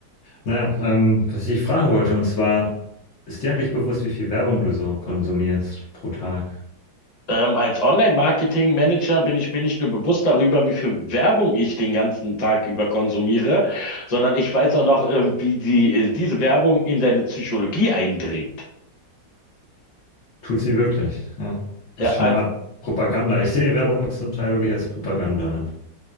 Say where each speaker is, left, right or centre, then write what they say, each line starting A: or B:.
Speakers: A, on the left (about 55°); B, on the left (about 75°).
A: Naja, ähm, was ich dich fragen wollte, und zwar, ist dir eigentlich bewusst, wie viel Werbung du so konsumierst pro Tag?
B: Ähm, als Online-Marketing-Manager bin ich mir nicht nur bewusst darüber, wie viel Werbung ich den ganzen Tag über konsumiere, sondern ich weiß auch noch, ähm, wie die, äh, diese Werbung in deine Psychologie eindringt.
A: Tut sie wirklich? Ja. Das
B: Ja,
A: ist schon
B: als-
A: eine Art Propaganda. Ich sehe Werbung zum Teil wirklich als Propaganda an.